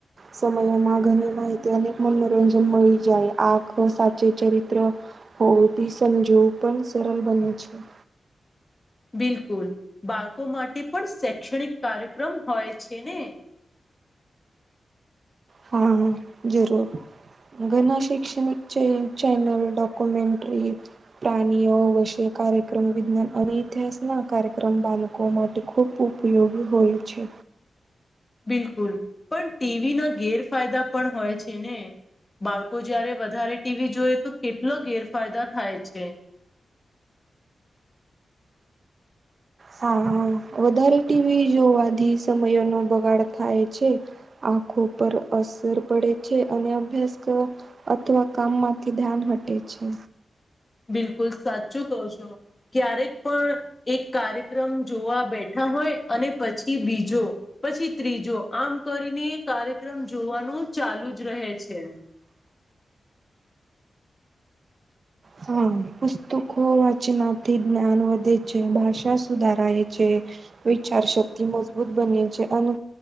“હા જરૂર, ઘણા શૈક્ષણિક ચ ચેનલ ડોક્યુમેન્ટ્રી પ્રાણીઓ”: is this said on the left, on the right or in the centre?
Right